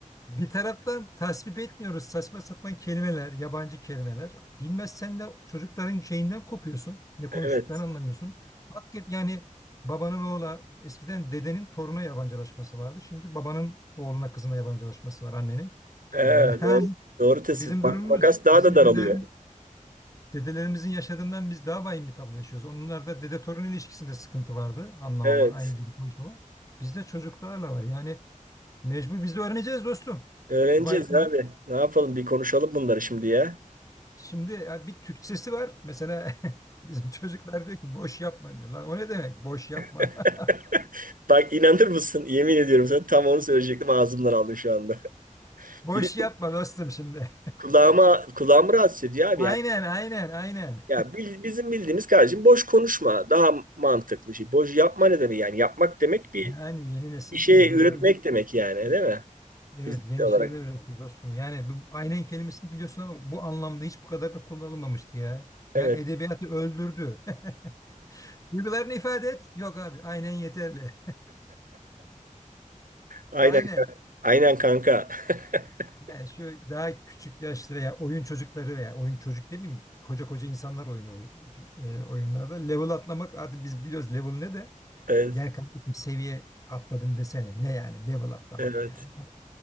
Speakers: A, on the left; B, on the right.
A: Bir taraftan tasvip etmiyoruz saçma sapan kelimeler, yabancı kelimeler. Bilmezsen de çocukların şeyinden kopuyorsun. Ne
B: Evet.
A: konuştuklarını anlamıyorsun. Hakikaten yani babanın oğla eskiden dedenin toruna yabancılaşması vardı. Şimdi babanın oğluna kızına yabancılaşması var annenin.
B: Evet,
A: Yani
B: doğru, doğru tespit.
A: bizim
B: Bak,
A: durumumuz
B: makas daha
A: bizim
B: da daralıyor.
A: dedelerin, dedelerimizin yaşadığından biz daha vahim bir tablo yaşıyoruz. Onlarda dede torun ilişkisinde sıkıntı vardı anlamama
B: Evet.
A: aynı dil konuşmama. Bizde çocuklarla var yani mecbur biz de öğreneceğiz dostum.
B: Öğreneceğiz
A: Vay
B: abi. Ne yapalım? Bir konuşalım bunları şimdi ya.
A: Şimdi ya bir Türkçesi var. Mesela <laughs> bizim çocuklar diyor ki boş yapma diyor. Lan o ne demek boş yapma?
B: <laughs>
A: <laughs>
B: Bak inanır mısın? Yemin ediyorum sana tam onu söyleyecektim. Ağzımdan aldım şu anda. <laughs>
A: Boş
B: Bir de
A: yapma dostum şimdi.
B: kulağıma, kulağımı rahatsız
A: <laughs>
B: ediyor abi.
A: Aynen
B: Yani,
A: aynen aynen.
B: ya bil- bizim bildiğimiz kardeşim boş konuşma. Daha mantıklı şey. Boş yapma ne demek yani? Yapmak demek bir
A: Yani yeni nesil
B: bir şey
A: uyduruyor.
B: üretmek demek yani değil mi?
A: Evet
B: Fiziksel
A: yeni
B: olarak.
A: şeyler üretiyor dostum. Yani bu aynen kelimesini biliyorsun ama bu anlamda hiç bu kadar da kullanılmamıştı ya.
B: Evet.
A: Ya edebiyatı öldürdü. <laughs> Duygularını ifade et. Yok abi aynen yeterli.
B: Aynen,
A: <laughs> Aynen.
B: aynen kanka. <laughs>
A: Yani şu daha küçük yaşlı veya oyun çocukları veya oyun çocuk değil mi? Koca koca insanlar oynuyor o- e, oyunlarda. Level atlamak artık biz biliyoruz level ne de.
B: Evet,
A: Yani kardeşim seviye atladım desene. Ne yani level atlamak
B: evet.
A: yani.